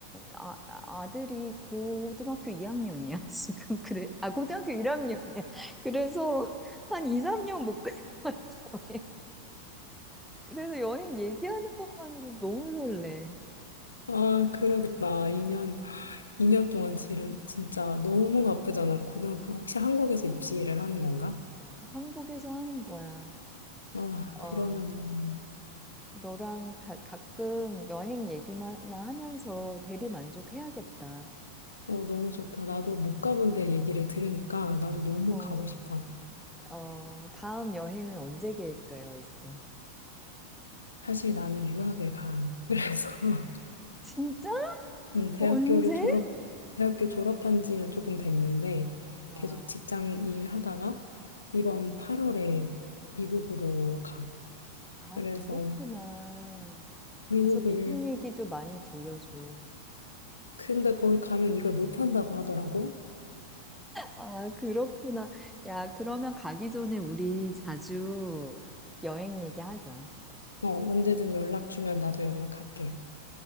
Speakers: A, in the centre; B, on the left.
A: 아, 아- 아들이 고등학교 이학년이야 <laughs> 지금. 그래. 아, 고등학교 1학년이야. 그래서 한 2, 3년 못 갈 것 같아. <laughs> 그래서 여행 얘기하는 것만으로도 너무 설레.
B: 아, 그러겠다. 2년, 2년 동안 지름, 진짜 너무 바쁘잖아. 고등학교, 혹시 한국에서 입시를 하는 건가?
A: 한국에서 하는 거야.
B: 아,
A: 어,
B: 그러면은,
A: 너랑 다, 가끔 여행 얘기만 나 하면서 대리 만족해야겠다.
B: 어, 너무 좋다. 나도 못 가본 데 얘기를 들으니까 나도 너무
A: 어,
B: 가고 싶다.
A: 어, 다음 여행은 언제 계획되어 있어?
B: 사실 나는 유학을 가. 그래서 <laughs>
A: 진짜?
B: 음, 대학교를
A: 언제?
B: 졸업, 대학교 졸업한 지는 조금 됐는데
A: 와.
B: 계속 직장 일하다가 이번 8월에 미국으로 가.
A: 아,
B: 그래서
A: 그렇구나.
B: 미국을
A: 가서 미국 얘기도 많이 들려줘.
B: 근데 거기 가면 이걸 못 한다고 하더라고.
A: 아, 그렇구나. 야, 그러면 가기 전에 우리 자주 여행 얘기하자.
B: 어, 언제든 연락 주면 나도 연락할게.